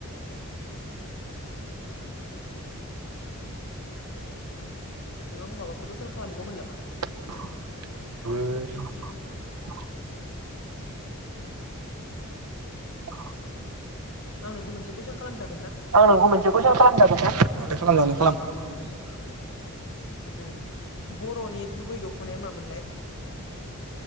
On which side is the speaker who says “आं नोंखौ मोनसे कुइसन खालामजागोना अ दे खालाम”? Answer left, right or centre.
Right